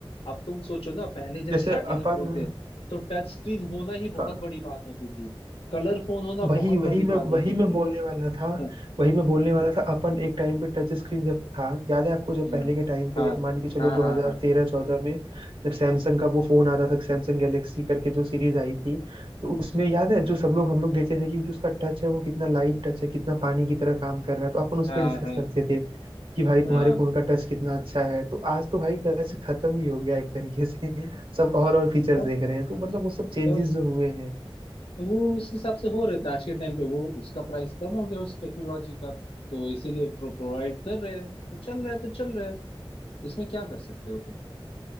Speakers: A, on the left; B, on the right.
A: अब तुम सोचो ना पहले जब
B: जैसे
A: स्टार्टिंग
B: अपन
A: में फोन थे तो टच स्क्रीन होना ही
B: हाँ,
A: बहुत बड़ी बात होती थी कलर फोन होना
B: वही
A: बहुत
B: वही
A: बड़ी
B: मैं
A: बात होती
B: वही
A: थी
B: मैं बोलने वाला था
A: <laughs>
B: वही मैं बोलने वाला था अपन एक टाइम पे टच स्क्रीन जब था याद है आपको जब
A: हाँ
B: पहले के टाइम पे
A: हाँ
B: मान के चलो
A: हाँ
B: 2013-14
A: हाँ हाँ
B: में जब सैमसंग का वो फोन आता था सैमसंग गैलेक्सी करके जो सीरीज आई थी तो उसमें याद है जो सब लोग हम लोग देखते थे कि जो उसका टच है वो कितना लाइट टच है कितना पानी की तरह काम कर रहा है तो अपन उस
A: हाँ
B: पर डिस्कस
A: हाँ हाँ
B: करते थे कि भाई तुम्हारे
A: हाँ
B: फोन का टच कितना अच्छा है तो आज तो भाई टच खत्म ही हो गया एक तरीके से <laughs> सब और और फीचर्स
A: तब
B: देख रहे हैं तो मतलब वो सब चेंजेस
A: तब
B: जो हुए हैं
A: तो वो उस हिसाब से हो रहे थे आज के टाइम पे वो उसका प्राइस कम हो गया उस टेक्नोलॉजी का तो इसीलिए प्रोवाइड कर रहे हैं तो चल रहा है तो चल रहा है इसमें क्या कर सकते हो तुम